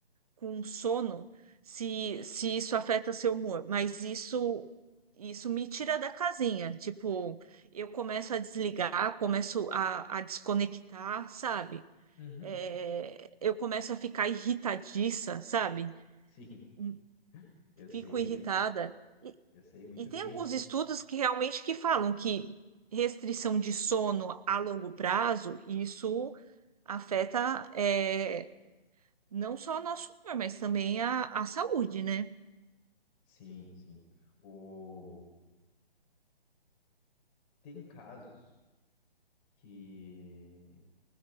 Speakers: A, on the right; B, on the left.
A: com sono, se, se isso afeta seu humor, mas isso isso me tira da casinha. Tipo, eu começo a desligar, começo a, a desconectar, sabe?
B: Uhum.
A: É, eu começo a ficar irritadiça, sabe?
B: Sim,
A: Hum,
B: eu
A: Fico
B: sei,
A: irritada.
B: eu sei, eu sei muito
A: E tem
B: bem
A: alguns
B: isso.
A: estudos que realmente que falam que restrição de sono a longo prazo, isso afeta é, não só o nosso humor, mas também a, a saúde, né?
B: Sim, sim. O... Tem casos que...